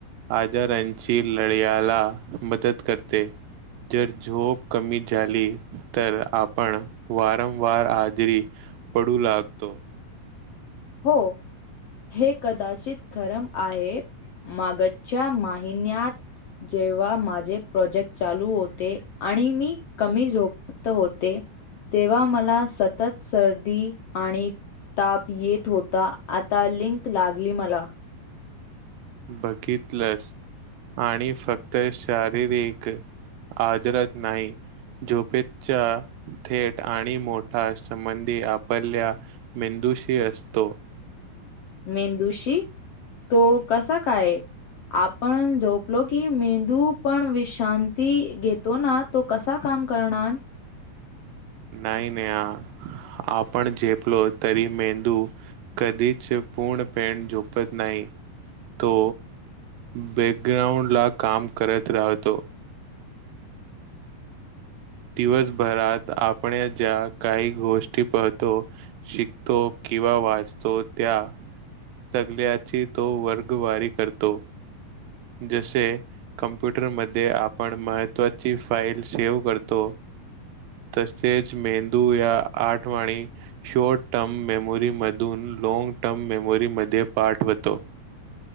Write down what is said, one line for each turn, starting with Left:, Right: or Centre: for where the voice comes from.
Right: आजारांची लढ्याला मदत करते जर झोप कमी झाली तर आपण वारंवार आजरी पडू लागतो
Left: हो हे कदाचित खरम आहे मागच्या महिन्यात जेव्हा माझे प्रोजेक्ट चालू होते आणि मी कमी झपत होते तेव्हा मला सतत सर्दी आणि ताप येत होता आता लिंक लागली मला
Right: बघितलंस आणि फक्त शारीरिक. आजरच नाही. झोपेच्या थेट आणि मोठा संबंधी आपरल्या म दोषी असतो.
Left: मेंदुशी. तो कसा काय आपण झोपलो की मे तू पण विश्रांती घेतो ना तो कसा काम करणार.
Right: नाही नाही आपण झेपलो तरी मेंदू. कधीच पूर्ण पेट झोपत नाही तो. बॅकग्राउंड ला काम करत राहतो. दिवसभरात आपण ज्या काही गोष्टी पाहतो शिकतो किंवा वाचतो त्या सगळची तो वर्गवारी करतो. जसे कमप्युटरमध्ये आपण महत्वाची फाईल सेव्ह करतो तसेच मेंदू या आठवाणी शॉर्ट टर्म मेमोरी मधून लँग टर्म मेमोरीमध्ये पाठवतो.